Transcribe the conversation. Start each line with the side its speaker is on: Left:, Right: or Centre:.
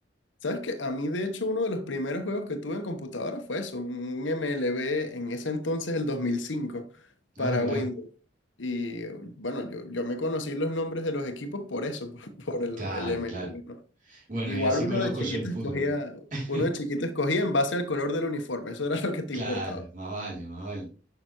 Left: ¿Sabes qué? A mí, de hecho, uno de los primeros juegos que tuve en computadora fue eso, un MLB en ese entonces, el 2005
Right: Ah,
Left: para
Right: mirá.
Left: Windows. Y bueno, yo, yo me conocí los nombres de los equipos por eso, <laughs> por, por el,
Right: Claro,
Left: el MLB,
Right: claro.
Left: ¿no?
Right: Bueno,
Left: Igual
Right: y así
Left: uno
Right: conozco
Left: de chiquito
Right: yo el fútbol.
Left: escogía,
Right: <laughs>
Left: uno de chiquito escogía en base al color del uniforme, eso era <laughs> lo que te
Right: Claro,
Left: importaba.
Right: más vale, más vale.